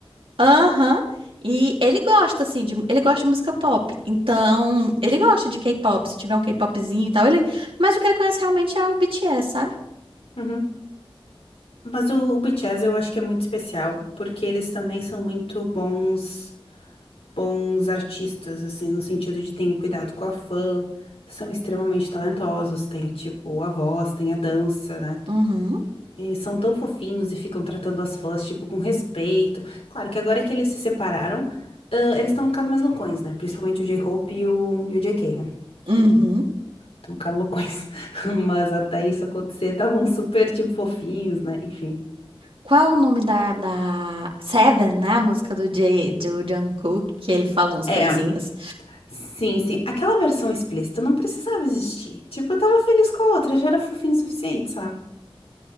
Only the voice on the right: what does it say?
Aham. E ele gosta, assim, de, ele gosta de música pop. Então, ele gosta de K-pop. Se tiver um K-popzinho e tal, ele. Mas o que ele conhece realmente é o BTS, sabe?
Uhum.
Uhum.
Qual o nome da, da... Seven, né? A música do, J, do Jungkook, que ele fala umas coisinhas.